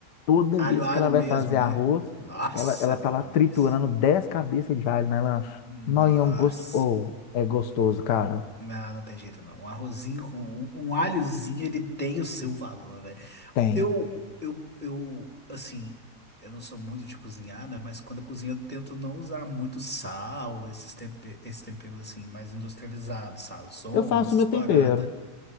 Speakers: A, on the left; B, in the centre.
A: Toda
B: alho,
A: vez
B: alho
A: que ela vai
B: mesmo,
A: fazer
B: né?
A: arroz,
B: Nossa,
A: ela, ela
B: é bom
A: tá lá
B: demais.
A: triturando 10 cabeças de alho né ela
B: Nossa.
A: Nó, e é um gosto. ou é gostoso, cara.
B: Não, não tem jeito não. Um arrozinho com um, um alhozinho, ele tem o seu valor, velho.
A: Tem.
B: Eu, eu, eu, assim, eu não sou muito de cozinhar, né? Mas quando eu cozinho, eu tento não usar muito sal, esses tempe- esses temperos, assim, mais industrializados, sazon,
A: Eu faço
B: essas
A: meu
B: paradas.
A: tempero.